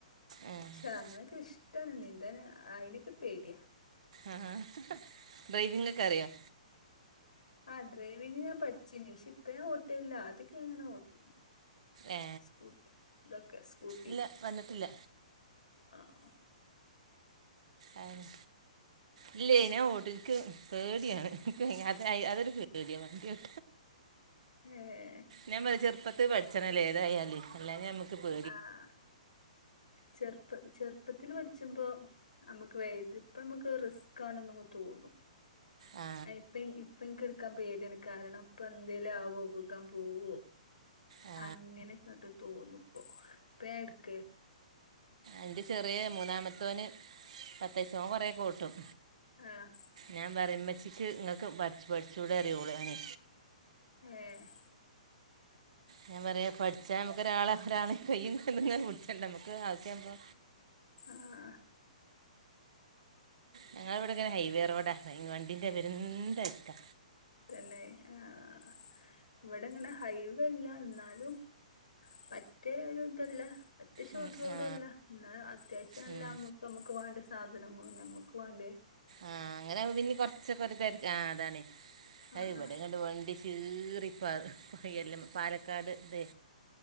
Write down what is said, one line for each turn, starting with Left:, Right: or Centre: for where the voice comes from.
Right: ആ
Left: പക്ഷേ അങ്ങനൊക്കെ ഇഷ് ട്ടാണ് നീന്താന് അയിനൊക്കെ പേടിയ
Right: ആഹ് ഡ്രൈവിഗൊക്കെ അറിയോ
Left: ആഹ് ഡ്രൈവിംഗ് ഞാൻ പഠിച്ചിനി പക്ഷെ ഇപ്പഞാ ഓട്ടില്ല അതൊക്കെ എങ്ങനെ ഓട്ടി
Right: ഏ
Left: സ്കൂട്ട് ഇതൊക്കെ സ്കൂട്ടി
Right: ഇല്ല വന്നിട്ടില്ല
Left: ആഹ്
Right: ആഹ് ഇല്ലേ ഞാഓട്ടു ൻക്ക് പേട്യാണ് ഇൻക്ക് തായ് അതൊരു പേടിയാ വണ്ട്യോട്ട്
Left: ഏഹ്
Right: ഞാൻപറയ് ചെറുപ്പത്ത് പഠിച്ചണല്ലേ ഏതായാല് അല്ലാഞെ അമ്മക്ക്പേ
Left: ആഹ് ചെറുപ്പ ചെറുപ്പത്തില് പഠിച്ചുമ്പോ നമുക്ക് വേഇത് ഇപ്പമ്മക്ക് റിസ്കാണെന്നൊക്കെ തോന്നും
Right: ആ
Left: ആഹ് ഇപ്പ ഇപ്പഇൻക്ക് ഇട്ക്കാൻ പേട്യാണ് കാരണം ഇപ്പെന്തേലും ആവോ വികാൻ പോവോ
Right: ആ
Left: അങ്ങനെങ്ങട്ട് തോന്നുപ്പൊ ഇപ്പയാ എട്ക്ക്-
Right: എന്റെ ചെറിയ മൂന്നാമത്തോന് പത്തെയ്സാ ഓൻ കൊറേക്കോട്ടും
Left: ആഹ്
Right: ഞാൻ പറിം മ്മച്ചിക്ക് ഇങ്ങക്ക് പഠ് പഠിച്ചൂടെ അറീ ഓള് ഓന്
Left: ഏഹ്
Right: ഞാൻ പറയാ പഠിച്ചാ ഞമുക്കൊരാള ഒരാളെ കയ്യും കാലുങ്ങനെ പിടിച്ചണ്ട ഞമക്ക് ആവശ്യാവുമ്പോ
Left: ആഹ് ആഹ്
Right: ഞങ്ങളവി ടെങ്ങനെ കെ ഹൈവേ റോഡാ മെയ്ൻവണ്ടിന്റെ പെരും തെര്ക്കാ
Left: തന്നെ ആഹ് ആഹ് ഇവിടെങ്ങനെ ഹൈവെല്ല എന്നാലും മറ്റേ രു ഇതല്ല പറ്റഷോട്ട്
Right: ഉം
Left: റോഡുവല്ല
Right: ആ
Left: ന്നാ അത്യാവശ്യം നല്ല
Right: ഉം
Left: അമ്മക്ക് നമുക്ക് വേണ്ട- സാധനങ്ങളും ഞമുക്ക് വാണ്ട്യ
Right: ആഹ് അങ്ങനാവുമ്പോ പിന്നിം കൊറച്ചൊക്കെരു തെര് ആഹ് അതാണെ അഹ്
Left: ആഹ്
Right: ഇവടെ കണ്ട് വണ്ടി ചീറിപ്പാറാ കൈയ്യെല്ലാം പാലക്കാട് തെ